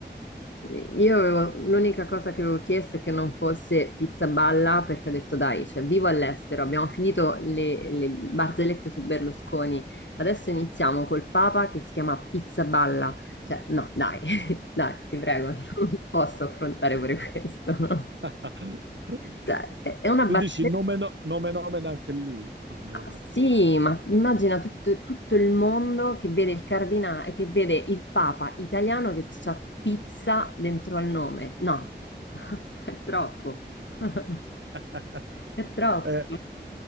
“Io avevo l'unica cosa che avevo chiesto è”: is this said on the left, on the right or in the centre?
Left